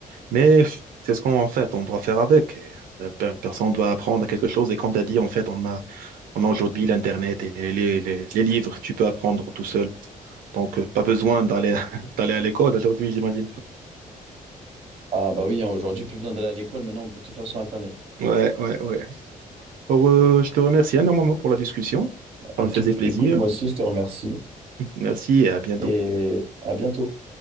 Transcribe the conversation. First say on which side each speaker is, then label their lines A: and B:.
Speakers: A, on the right (about 75°); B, on the right (about 45°).
A: Mais pff, c'est ce qu'on en fait, on doit faire avec. Et, euh, pe- Personne doit apprendre quelque chose. Et comme tu as dit, en fait, on a, on a aujourd'hui l'Internet et les, les, les, les livres. Tu peux apprendre tout seul. Donc, euh, pas besoin d'aller <laughs> d'aller à l'école aujourd'hui, j'imagine.
B: Ah bah oui, hein, aujourd'hui, plus besoin d'aller à l'école, maintenant on peut tout faire sur Internet.
A: Ouais, ouais, ouais. Alors, euh, je te remercie énormément pour la discussion. Ça
B: Euh,
A: me faisait
B: tu-
A: plaisir.
B: Écoute, moi aussi, je te remercie
A: Merci et à bientôt.
B: et à bientôt.